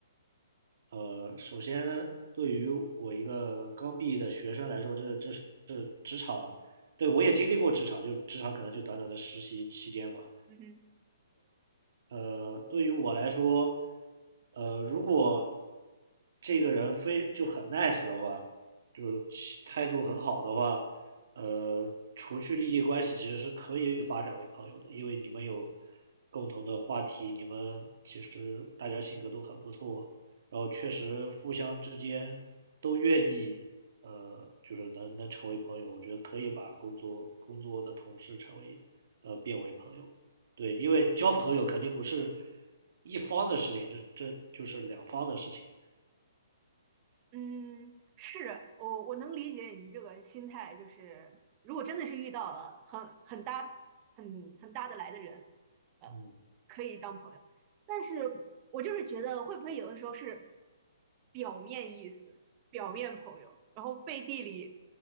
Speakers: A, on the right; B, on the right.
A: 呃，首先对于我一个刚毕业的学生来说，这这是职场，对我也经历过职场，就职场可能就短短的实习期间吧，
B: 嗯哼。
A: 呃，对于我来说，呃，如果这个人非就很 nice 的话，就是态度很好的话，呃，除去利益关系，其实是可以发展为朋友的，因为你们有共同的话题，你们其实大家性格都很不错，然后确实互相之间都愿意，呃，就是能能成为朋友，我觉得可以把工作工作的同事成为，呃，变为朋友。对，因为交朋友肯定不是一方的事情，这这就是两方的事情。
B: 嗯，是我我能理解你这个心态，就是如果真的是遇到了很很搭很很搭得来的人，呃，
A: 嗯
B: 可以当朋友。但是我就是觉得会不会有的时候是表面意思，表面朋友，然后背地里，